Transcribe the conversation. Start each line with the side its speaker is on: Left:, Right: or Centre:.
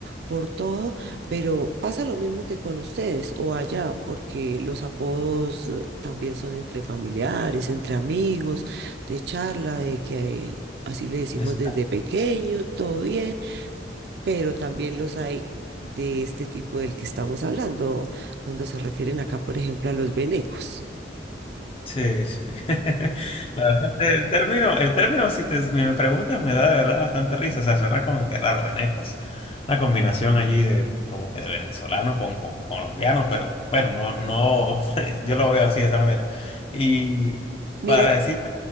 Right: por todo, pero pasa lo mismo que con ustedes o allá, porque los apodos eh, también son entre familiares, entre amigos, de charla, de que eh, así le decimos
Left: mira,
Right: desde pequeño, todo bien, pero también los hay de este tipo del que estamos hablando, cuando se refieren acá, por ejemplo, a los venecos.
Left: Sí, sí. <laughs> La verdad, el término, el término, si te, me preguntas, me da de verdad bastante risa. O sea, suena como que raro, venecos. Una combinación allí de como que de venezolano con, con colombiano, pero bueno, no, no, <laughs> yo lo veo así de esa manera. Y
Right: Mira,
Left: para decir,